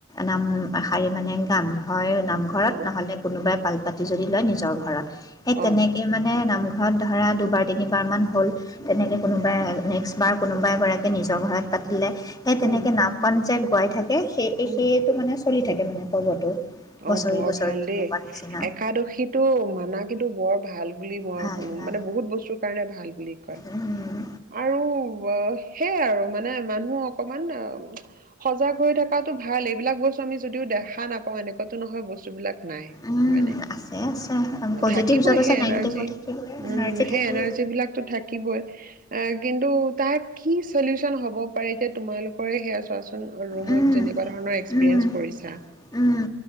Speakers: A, on the left (about 20°); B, on the right (about 40°).
A: নাম এশাৰী মানে গাম, হয় নামঘৰত,
B: অ'
A: নহ'লে কোনোবাই পাল <unintelligible> টি যদি লয়, নিজৰ ঘৰত। সেই তেনেকে
B: অ'
A: মানে নামঘ ঘৰত ধৰা দুবাৰ তিনিবাৰমান হ'ল, তেনেকে কোনোবাই নেক্সটবাৰ কোনোবা এগৰাকীয়ে নিজৰ ঘৰত পাতিলে সেই তেনেকে
B: উম
A: নাম কন যে পাই থাকে সেই
B: উম
A: সেইটো মানে চলি থাকে মানে পৰ্বটো। বছৰি
B: অ' বৰ
A: বছৰি
B: ভাল
A: তেনেকুৱা
B: দেই,
A: নিচিনা
B: একাদশীতো মানা কিন্তু বৰ ভাল বুলি মই
A: ভাল
B: শুনু
A: ভাল
B: মানে বহুত বস্তু কাৰণে ভাল বুলি কয়,
A: উম,
B: আৰু অ' সেইয়াই আৰু মানে মানুহ অকমান এ সজাগ হৈ থকাত টো ভাল, এইবিলাক বস্ত আমি যদিও দেখা নাপাওঁ এনে টো নহয় বস্তুবিলাক। নাই
A: উম,
B: হয়নে,
A: আছে আছে পজিটিভ
B: থাকিবই
A: য'ত আছে
B: সেই
A: নেগেটিভো
B: এনাৰ্জি
A: থাকিবই
B: উম,
A: এনাৰ্জি
B: সেই
A: থাকিবই
B: এনাৰ্জী বিলাকতো থাকিবই, এ' কিন্তু তাৰ কি চলিউচন হব পাৰে, এতিয়া তোমালোকৰে সেয়া চোৱাচ ৰুমত
A: উম,
B: যেনেকুৱা ধৰণৰ এক্সপিৰিয়েঞ্চ
A: উম,
B: কৰিছা,
A: উম,